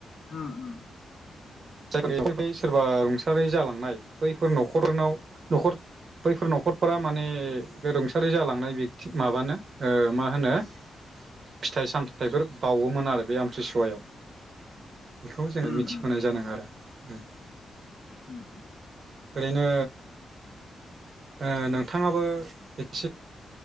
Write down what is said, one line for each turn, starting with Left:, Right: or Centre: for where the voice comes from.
Left: उम
Right: जायफोर बेफोरनि सोरबा रुंसारि जालांनाय बैफोर न' खरनाव न'खर बैफोर न'खरफोरा माने बे रुंसारि जालांनाय बेकति माबानो ओ मा होनो फिथाय सामथायफोर बावोमोन आरो बे आमतिसुवायाव बेखौ जोङो
Left: उम
Right: मिथि आरो अम
Left: अम अम
Right: ओरैनो ओ नोंथाङाबो एसे